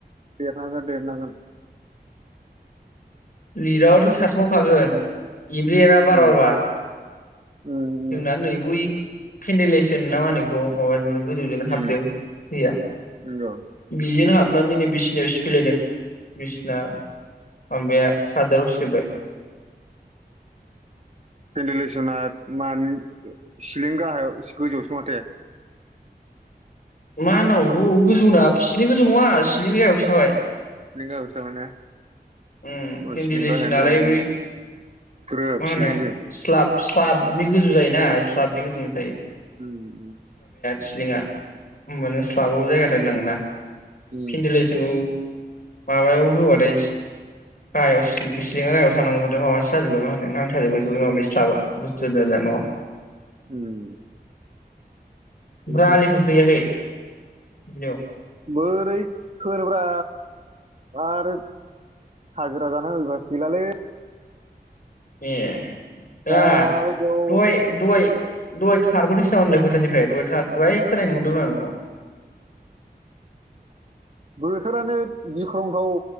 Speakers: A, on the right; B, on the left.
A: लिरनांगोन लिरनांगोन।
B: लिराबावथ' सतस'खागोन एब्रेआ बार'
A: उम
B: बारबा
A: उम
B: जोंना नै बै फेडलेसन ना मा होनो बेखौ माबा नो गोजौजोंनो
A: उम
B: हाबदों फैया
A: नंगौ
B: बिजोंनो हाबदों। हाबनानै नै बिसिनियाव सिफैलायदों बिसि ना <unintelligible> सादाराव सिजोबबाय
A: पेन्डेलेसना मारै सिलिं गाहायाव गोजौसो माथो।
B: मा होनावथ गोजौना सिलिं गोजौ नङा सि्लिनि गायावसो जाबाय।
A: बे गाहायावसो जाबाय ने
B: उम
A: अ
B: केन्डेल
A: सिलिं गाहायानो
B: एस नालाय
A: जागोन
B: बै
A: ग्रोब
B: मा होनो
A: सिलिंजों
B: स्लाब स्लाबनि गोजौ जायोना। साबनि गोजौ थायो।
A: <inaudible>
B: सिलिंआ होमबानो स्लाबाबो जायगाथार होननांगोन ना
A: उम
B: फिनदोलेसनखौ माबायाव होबाथाय गाहायाव सिङा गाहायाव थांनांगौबाथाय माबासो जाजोबगोन मा होनो नांथाजोबगोन स माबि स्लाबा बुस्थुवा जानाय नङा
A: <inaudible> बिदि
B: ओमफ्राय आलिफोर गैयाखै बियाव
A: बोरै खोनोब्रा आरो हाजिरा जान उबासो गैलालै
B: ए हेल दय
A: दा बायदियाव
B: दय दय दय खारबोदोंसै नाम मोनलाय फोथारानिफ्राय दहाय दहाय खोनाय नुहरदोंमोन आरो नोंखौ
A: बोथोरानो गिख्रंथाव